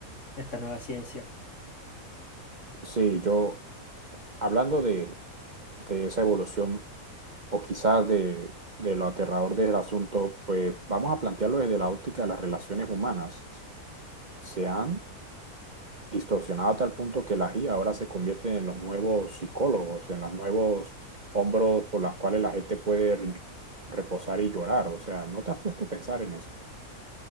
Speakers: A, on the left; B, on the right.
A: esta nueva ciencia.
B: sí, yo, hablando de, de esa evolución o quizás de, de lo aterrador del asunto, pues vamos a plantearlo desde la óptica de las relaciones humanas. Se han distorsionado a tal punto que la IA ahora se convierte en los nuevos psicólogos, en los nuevos hombros por los cuales la gente puede re- reposar y llorar. O sea, ¿no te has puesto a pensar en eso?